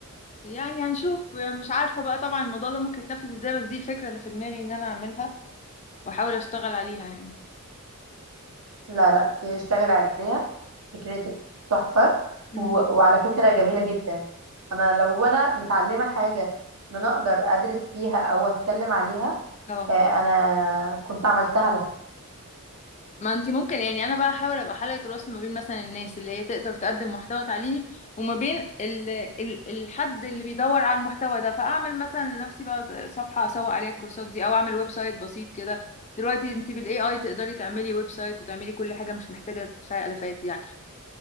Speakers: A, on the left; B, on the right.
A: يعني هنشوف مش عارفة بقى طبعا الموضوع ده ممكن يتنفذ ازاي بس دي الفكرة اللي في دماغي ان انا اعملها واحاول اشتغل عليها يعني
B: لا لا اشتغل عليها فكرتك تحفة
A: مم.
B: و... وعلى فكرة جميلة جدا انا لو انا متعلمة حاجة ان انا اقدر ادرس فيها او اتكلم عليها
A: اه
B: آه، انا كنت عملتها على فكرة
A: ما انت ممكن يعني انا بقى احاول ابقى حلقة الوصل ما بين مثلا الناس اللي هي تقدر تقدم محتوى تعليمي وما بين ال... ال... الحد اللي بيدور على المحتوى ده فاعمل مثلا لنفسي بقى صفحة اسوق عليها الكورسات دي او اعمل ويب سايت بسيط كده دلوقتي انت بالاي اي تقدري تعملي ويب سايت وتعملي كل حاجة مش محتاجة تدفعي الافات يعني